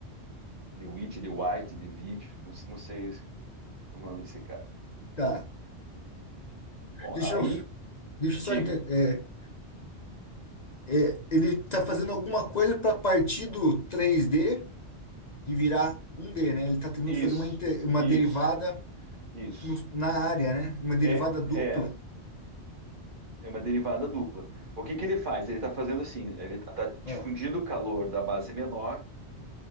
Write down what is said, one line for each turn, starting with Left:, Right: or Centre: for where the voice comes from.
Right: De Witt, de White, de Witt, não sei não sei o nome desse cara.
Left: Tá.
Right: Bom,
Left: Deixa
Right: aí,
Left: eu, deixa
Right: diga.
Left: eu só entender. É, é, ele está fazendo alguma coisa para partir do três d e virar um d né? Ele está tentando
Right: Isso,
Left: fazer uma, inte- uma
Right: isso,
Left: derivada
Right: isso.
Left: no- na área, né? Uma derivada
Right: É,
Left: dupla.
Right: é, é uma derivada dupla. O que que ele faz? Ele está fazendo assim, ele está difundindo
Left: Ah,
Right: o calor da base menor,